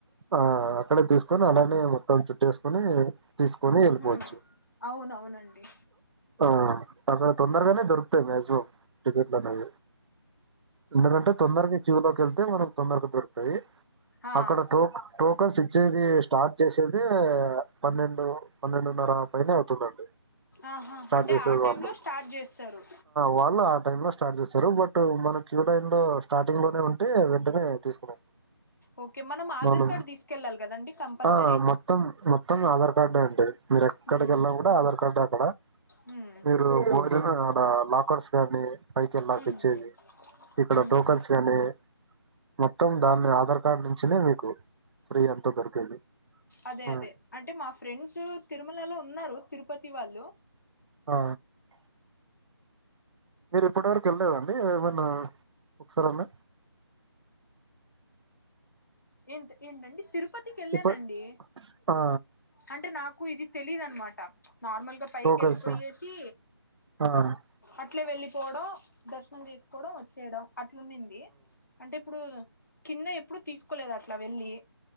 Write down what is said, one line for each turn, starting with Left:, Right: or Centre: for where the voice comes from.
Right: ఆ అక్కడే అలానే అ చుట్టేసుకుని తీసుకొని వెళ్ళిపోవచ్చు
Left: హ్మ్ అవునవునండి
Right: ఆ అక్కడ
Left: హ్మ్
Right: తొందరగానే దొరుకుతాయి మ్యాక్సిమం ట్లున్నాయి ఎందుకంటే తొందరగా లోకి వెళ్తే మన తొందరగా దొరుకుతాయి
Left: ఆ
Right: అక్కడ టోకన్స్ ఇచ్చేది స్టార్ట్ చేసేది పన్నెండు పన్నెండున్న పైనే అవుతుందిండి
Left: ఆహా
Right: స్టార్ట్
Left: అంటే
Right: చేసేది
Left: ఆ టైమ్
Right: వాళ్ళు
Left: లో స్టార్ట్ చేస్తారు
Right: వా ఆ టైమ్ లో స్టార్ట్ చేస్తారు బట్ మనకి క్యు లో స్టార్టింగ్ లోనే ఉంటే వెంటనే తీసుకునేస్తాం
Left: ఓకే ఆధార్
Right: మనం
Left: కార్డ్ తీసుకెళ్ళాలి కదండి కంపల్సరీ
Right: ఆ మొత్తం మొత్తం ఆధార్ కార్డే అండి మీరు ఎక్కడికి
Left: హ్మ్
Right: వెళ్ళా కూడా ఆధార్ కార్డే అక్కడ
Left: హ్మ్
Right: మీరు భోజనడలా ఒక కానీ పైకి వెళ్ళక
Left: హ్మ్
Right: ఇచ్చేది
Left: హ్మ్
Right: ఇక్కడ
Left: హ్మ్
Right: టోకన్స్ కానీ మొత్తం దాన్ని ఆధార్ కార్డ్ నుంచినే మీకు ఫ్రీ అంతా దొరికేది
Left: అదే
Right: ఉమ్.
Left: అదే అంటే మా ఫ్రెండ్స్ తిరుమలలో ఉన్నారు తిరుపతి వాళ్ళు
Right: ఆ మీరు ఇప్పటి వరకు వెళ్ళలేదండి ఆ ఒకసార అన్న
Left: ఏంత ఏంటండి తిరు తిరుపతికి వెళ్ళానండి
Right: ఇప్పుడు ఆ
Left: అంటే నాకు ఇది తెలిదునమాట నార్మల్గా పైకి
Right: టోకన్స్
Left: వెళ్ళిపోయేసి
Right: ఆ ఆ,
Left: ఇట్లే వెళ్లిపోవడం దర్శనం చేస్ కూడా వచ్చేడం అట్లన్నింది అంటే ఇప్పుడు కింద ఎప్పుడు తీసుకోలేదు అట్ల వెళ్ళి